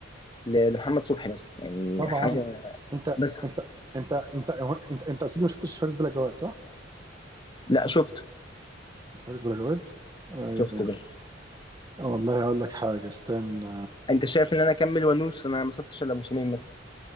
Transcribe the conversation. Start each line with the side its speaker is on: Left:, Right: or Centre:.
Left: ل- لمحمد صبحي مثلا يعني
Right: طبعا
Left: حاجه
Right: انت
Left: بس
Right: انت انت انت انت انت قلت لي ما شفتش فارس بلا جواد صح؟
Left: لا شفته
Right: فارس بلا جواد آه
Left: شفته ده
Right: والله هقول لك حاجه استنى
Left: انت شايف ان انا اكمل وانوس انا ما شفتش الا موسمين مثلا